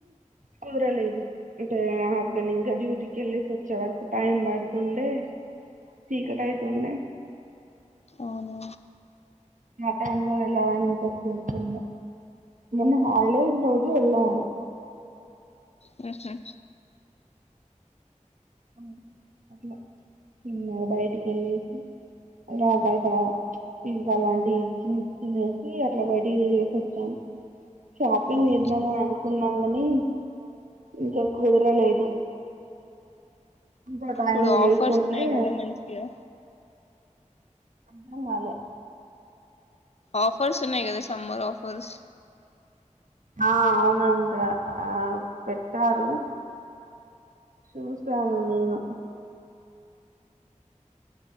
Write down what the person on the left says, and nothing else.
అవునా
హ్మహు
ఓకే
ఇప్పుడు ఆఫర్స్
ఉన్నాయి కదా మంచిగా
ఆఫర్స్ ఉన్నాయి కదా సమ్మర్ ఆఫర్స్